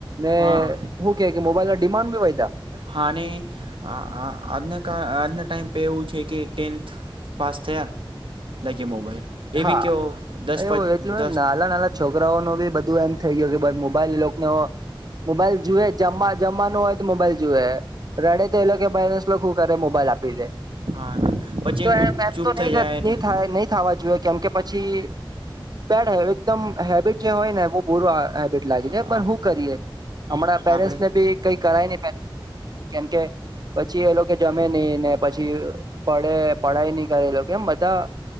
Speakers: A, on the right; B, on the right.
A: ને
B: હા
A: હુ કે કે મોબાઈલ ના ડિમાન્ડ ભી વધયા
B: હા ને અ આજના આજના ટાઈમ પે એવું છે કે ટેન્થ પાસ થયા લાય કે મોબાઈલ એ
A: હા
B: બી કેવો દસ
A: એવું
B: પ
A: એટલું
B: દસ
A: નાના નાના છોકરાઓ નો બી બધું એમ થઈ ગયું કે મોબાઈલ એ લોક નો. મોબાઈલ જુએ જમવા જમવાનું હોય તો મોબાઈલ જુએ. રડે તો એ લોકો કે બાયલેન્સ લોકો શું કરે મોબાઈલ આપી દે.
B: હા ના પછી
A: તો
B: એ ચૂપ
A: એમ એમ તો
B: થઈ
A: નહી
B: જાય એટલે
A: નહી થાય નહી થવા જોઈએ કેમ કે પછી પડ હ એકદમ હેબિટ જે હોય ને બહુ બુરો હેબિટ લાગે છે.
B: હા
A: પણ હું કરીએ હમણાં પેરેન્ટસ
B: આપણે
A: ને બી કઈ કરાય નહીં કેમ કે પછી એ લોકો જમે નહી ને પછી પડે પડાય નહી કરે એ લોકો એમ બધા.